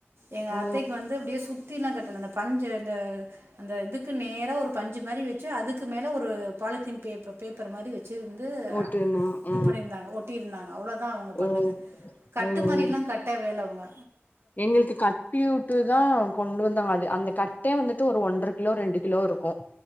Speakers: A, on the right; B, on the left.
A: எங்க
B: ஓ
A: அத்தைக்கு வந்து அப்டியே சுத் சுத்திலா கட்டல அந்த பஞ்சு அந்த அந்த இதுக்கு நேரா ஒரு பஞ்சு மாரி வச்சு அதுக்கு மேல ஒரு பா பாலித்தீன் பே பேப்பர் மாரி வச்சுருந்து
B: ஓட்டுனா ஆ
A: இது பண்ணியிருந்தாங்க ஒட்டியிருந்தாங்க அவ்ளோதா அவுங்க
B: ஓ
A: பண்ணது கட்டு
B: ஓ ஓ
A: மாரிலா கட்டவே இல்ல அவுங்க
B: எங்களுக்கு கட்டி வுட்டுதா கொண்டு வந்தாங்க அது அந்த கட்டே வந்துட்டு ஒரு ஒன்ற கிலோ ரெண்டு கிலோ இருக்கு